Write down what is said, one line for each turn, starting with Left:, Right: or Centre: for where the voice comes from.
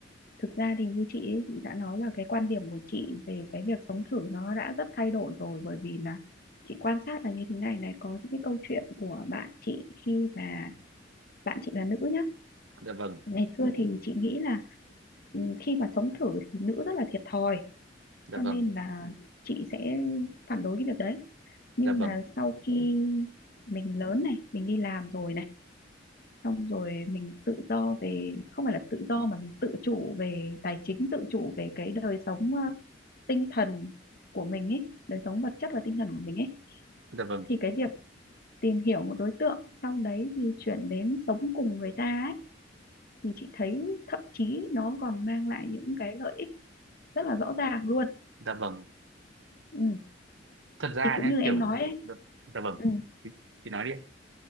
Left: thực ra thì như chị ấy, chị đã nói là cái quan điểm của chị về cái việc sống thử nó đã rất thay đổi rồi bởi vì là chị quan sát là như thế này này có những cái câu chuyện của bạn chị khi mà bạn chị là nữ nhá
Right: dạ vâng
Left: ngày Ừ. xưa thì chị nghĩ là ừ, khi mà sống thử thì nữ rất là thiệt thòi
Right: dạ
Left: cho nên
Right: vâng
Left: là chị sẽ phản đối cái việc đấy nhưng
Right: dạ vâng
Left: mà sau khi mình lớn này mình đi làm rồi này xong rồi mình tự do về không phải là tự do mà mình tự chủ về tài chính tự chủ về cái đời sống ờ, tinh thần của mình ấy đời sống vật chất và tinh thần của mình ấy
Right: dạ vâng
Left: thì cái việc tìm hiểu một đối tượng sau đấy thì chuyển đến sống cùng người ta ấy thì chị thấy thậm chí nó còn mang lại những cái lợi ích rất là rõ ràng luôn
Right: dạ vâng
Left: ừ.
Right: thật ra
Left: thì cũng
Right: nhá
Left: như em
Right: kiểu
Left: nói ấy
Right: dạ, dạ vâng
Left: ừ.
Right: chị chị nói đi ạ.